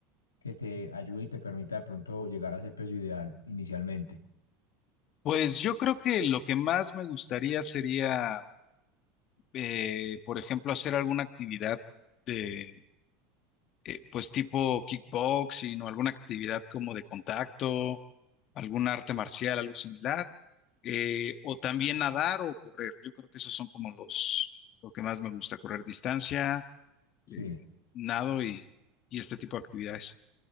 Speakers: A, on the left; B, on the left.
A: que te ayude y te permita de pronto llegar a ese peso ideal inicialmente?
B: Pues yo creo que lo que más me gustaría sería, eh, por ejemplo, hacer alguna actividad de, eh, pues tipo kickboxing o alguna actividad como de contacto, algún arte marcial, algo similar, eh, o también nadar o correr. Yo creo que esos son como los, lo que más me gusta, correr distancia, eh,
A: Sí.
B: nado y y este tipo de actividades.